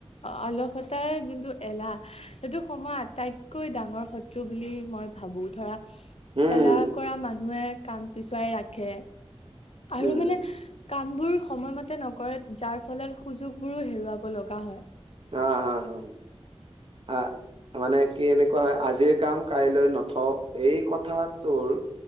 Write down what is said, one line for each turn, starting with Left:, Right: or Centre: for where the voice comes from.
Left: অলসতাৰ যোনটো এলাহ- সেইটো সময়ৰ আটাইতকৈ ডাঙৰ শত্ৰু বুলি মই ভাবোঁ, ধৰা-
Right: হুম,
Left: এলাহ কৰা মানুহে কাম পিছুৱাই ৰাখে। আৰু
Right: হুম, হুম,
Left: মানে কামবোৰ সময়মতে নকৰে। যাৰ ফলত সুযোগবোৰো হেৰুৱাব লগা হয়।
Right: অ' হা হা আ মানে কি এনে কয় আজিৰ কাম কাইলৈ নথওঁ, এই কথাটোৰ